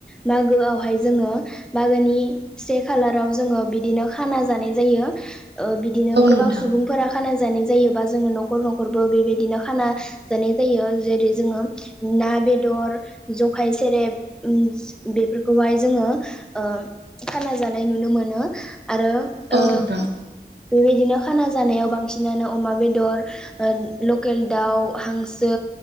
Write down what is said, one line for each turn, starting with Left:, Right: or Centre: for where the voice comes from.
Centre: मागोआवहाय जोङो मागोनि से खालाराव जोङो बिदिनो खाना जानाय जायो ओ बि दिनो
Right: औ
Centre: गोबां
Right: नोंथां
Centre: सुबुंफोरा खाना जानाय जायोबा जोङो न'खर-न'खरबो बेबायदिनो खाना जानाय जायो जेरै जोङो ना बेदर जखाय सेरेब उम बेफोरखौहाय जोङो ओ खाना जानाय नुनो मोनो आरो
Right: औ
Centre: ओ
Right: नोंथां
Centre: बेबायदिनो खाना जानायाव बांसिनानो अमा बेदर ओ लकेल दाउ हांसो